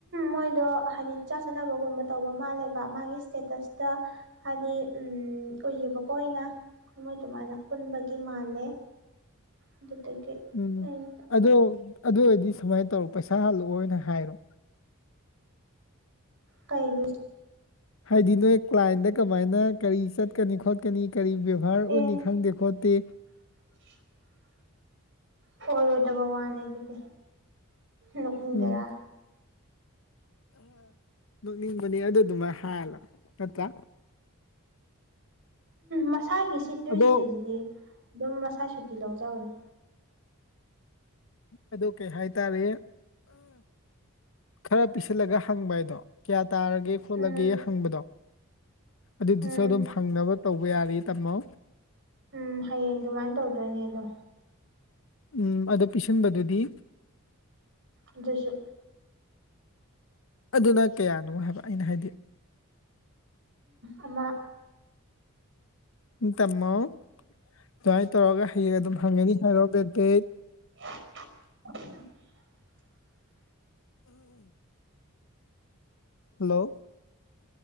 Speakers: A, on the right; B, on the left.
A: ꯃꯣꯏꯗꯣ ꯍꯥꯏꯗꯤ ꯆꯥꯛ ꯆꯥꯅꯕꯒꯨꯝꯕ ꯇꯧꯕ ꯃꯥꯜꯂꯦꯕ ꯃꯥꯒꯤ ꯏꯁꯇꯦꯇꯁꯇ ꯍꯥꯏꯗꯤ ꯎꯏꯌꯦꯕꯀꯣ ꯑꯩꯅ ꯃꯣꯏ ꯑꯗꯨꯃꯥꯏꯅ ꯄꯨꯟꯕꯒꯤ ꯃꯥꯜꯂꯦ ꯑꯗꯨꯗꯒꯤ
B: ꯎꯝ
A: ꯑꯩ
B: ꯑꯗꯣ ꯑꯗꯨ ꯑꯣꯏꯔꯗꯤ ꯁꯨꯃꯥꯏ ꯇꯧ ꯄꯩꯁꯥ ꯍꯜꯂꯛꯑꯣꯅ ꯍꯥꯏꯔꯣ
A: ꯀꯩꯒꯤ
B: ꯍꯥꯏꯗꯤ ꯅꯣꯏ ꯀ꯭ꯂꯥꯏꯟꯗ ꯀꯃꯥꯏꯅ ꯀꯔꯤ ꯆꯠ ꯎꯠꯀꯅꯤ ꯈꯣꯠꯀꯅꯤ ꯀꯔꯤ ꯕꯦꯕꯥꯔ
A: ꯑꯦ
B: ꯎꯠꯅꯤ ꯈꯪꯗꯦ ꯈꯣꯠꯇꯦ
A: <inaudible> ꯑꯣꯏꯔꯣꯏꯗꯕ ꯋꯥꯅꯦ ꯑꯗꯨꯗꯤ ꯅꯣꯛꯅꯤꯡꯗꯔꯥ
B: ꯎꯝ ꯅꯣꯛꯅꯤꯡꯕꯅꯦ ꯑꯗꯨ ꯗꯨꯃꯥꯏ ꯍꯥꯏꯔꯂ ꯅꯠꯇ꯭ꯔꯥ
A: ꯃꯁꯥꯒꯤꯁꯤ ꯇ꯭ꯋꯤꯁꯗꯦꯁꯤꯗꯤ
B: ꯑꯗꯣ
A: ꯑꯗꯨꯝ ꯃꯁꯥꯏ ꯁꯨꯇꯤ ꯂꯧꯖꯕꯅꯤ
B: ꯑꯗꯨ ꯀꯩꯍꯥꯏꯇꯥꯔꯦ ꯈꯔ ꯄꯤꯁꯤꯜꯂꯒ ꯍꯪꯕ ꯍꯥꯏꯗꯣ ꯀꯌꯥ ꯇꯥꯔꯒꯦ ꯈꯣꯠꯂꯒꯦ
A: ꯎꯝ
B: ꯍꯪꯕꯗꯣ ꯑꯗꯨꯗꯨꯁꯨ
A: ꯎꯝ
B: ꯑꯗꯨꯝ ꯐꯪꯅꯕ ꯇꯧꯕ ꯌꯥꯔꯤ ꯇꯝꯃꯣ
A: ꯎꯝ ꯍꯌꯦꯡ ꯑꯗꯨꯃꯥꯏꯅ ꯇꯧꯗꯣꯏꯅꯦ ꯑꯗꯣ
B: ꯎꯝ ꯑꯗꯨ ꯄꯤꯁꯤꯟꯕꯗꯨꯗꯤ
A: ꯑꯗꯨꯁꯨ
B: ꯑꯗꯨꯅ ꯀꯌꯥꯅꯣ ꯍꯥꯏꯕ ꯑꯩꯅ ꯍꯥꯏꯗꯤ
A: ꯑꯃ
B: ꯎꯝ ꯇꯝꯃꯣ ꯑꯗꯨꯋꯥꯏ ꯇꯧꯔꯒ ꯍꯌꯦꯡ ꯑꯗꯨꯝ ꯐꯪꯒꯅꯤ ꯍꯥꯏꯔꯣ ꯕꯦꯠꯇꯤ
A: ꯑ <unintelligible>
B: ꯍꯜꯂꯣ